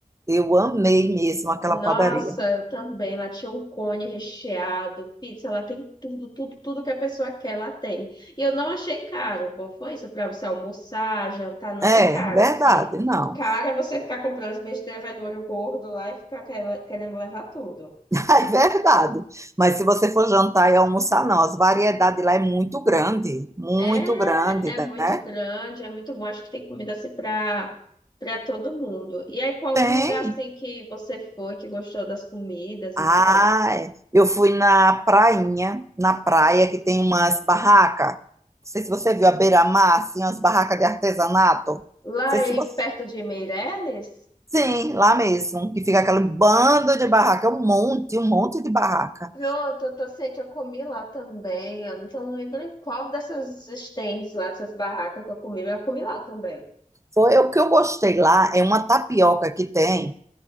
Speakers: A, on the right; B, on the left.
A: Eu amei mesmo aquela
B: Nossa,
A: padaria.
B: eu também. Lá tinha um cone recheado, pizza, lá tem tudo, tudo, tudo que a pessoa quer, lá tem. E eu não achei caro. O Bom, foi isso para você almoçar, jantar, não
A: É,
B: é caro
A: verdade,
B: assim.
A: não.
B: Caro é você ficar comprando as besteiras, vai do olho gordo lá e ficar quer- querendo levar tudo.
A: <laughs> É verdade. Mas se você for jantar e almoçar, não. As variedades lá é muito grande, muito
B: É,
A: grande,
B: é muito
A: né?
B: grande, é muito bom. Acho que tem comida assim para para todo mundo. E aí, qual outro
A: Tem.
B: lugar assim que você foi, que gostou das comidas
A: Ah,
B: e tal?
A: é. eu fui na prainha, na praia que tem umas barracas. Não sei se você viu a beira-mar, assim, umas barracas de artesanato. Não
B: Lá
A: sei se
B: em
A: você...
B: perto de Meireles?
A: Sim, lá mesmo, que fica aquele bando de barraca, um monte, um monte de barraca.
B: Não, tô, tô ciente, eu comi lá também. Eu não, tô- não lembro em qual dessas stands lá, dessas barracas que eu comi, mas eu comi lá também.
A: Foi o que eu gostei lá, é uma tapioca que tem.